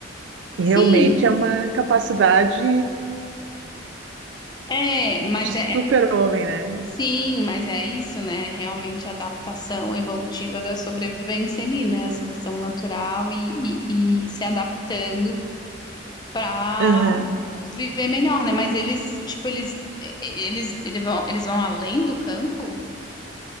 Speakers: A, on the right; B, on the left.
A: E
B: Sim,
A: realmente é uma capacidade
B: é, mas
A: de super-homem,
B: é. Sim, mas é isso, né? Realmente a adaptação evolutiva da sobrevivência ali, né? A seleção natural e, e, e se adaptando para
A: né?
B: viver melhor, né? Mas eles, tipo, eles, e- e- eles, eles vão, eles vão além do campo?